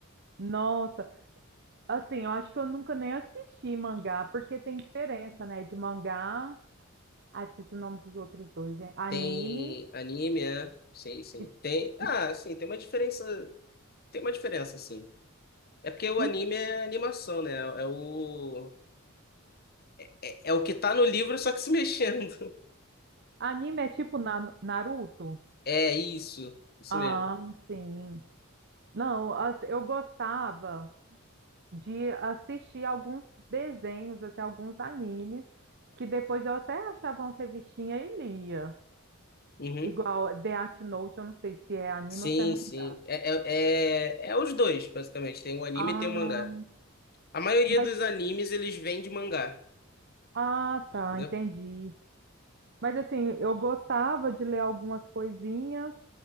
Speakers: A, on the right (about 50°); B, on the left (about 45°).
A: Nossa, assim, eu acho que eu nunca nem assisti mangá, porque tem diferença, né, de mangá Ah, esqueci o nome dos outros dois, gente. Anime
B: Tem anime, é? Sim, sim.
A: e,
B: Tem. Ah,
A: e-
B: sim, tem uma diferença. Tem uma diferença, sim. É porque o
A: e-
B: anime é animação, né? É o. É, é o que tá no livro, só que se <laughs> mexendo.
A: anime é tipo Na- Naruto?
B: É isso, isso
A: Ah,
B: mesmo.
A: sim. Não, assim, eu gostava de assistir alguns desenhos, assim, alguns animes, que depois eu até achava umas revistinhas e lia.
B: Uhum.
A: Igual Death Note, eu não sei se é anime
B: Sim,
A: ou se é mangá.
B: sim. É, é, é, é os dois, basicamente. Tem um anime
A: Ah,
B: e tem um mangá. A maioria
A: mas,
B: dos animes, eles vêm de mangá,
A: ah, tá,
B: entendeu?
A: entendi. Mas assim, eu gostava de ler algumas coisinhas,